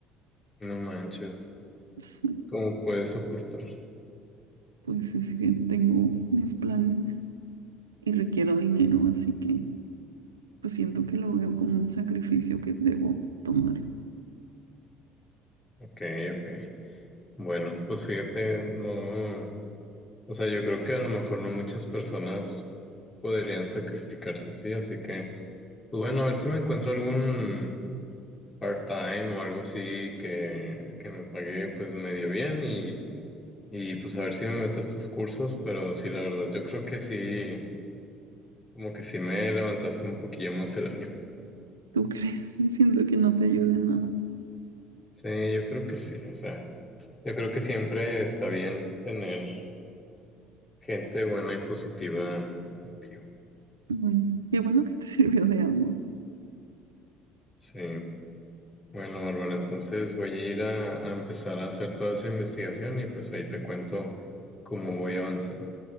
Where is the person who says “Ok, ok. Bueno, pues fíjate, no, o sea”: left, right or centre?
Left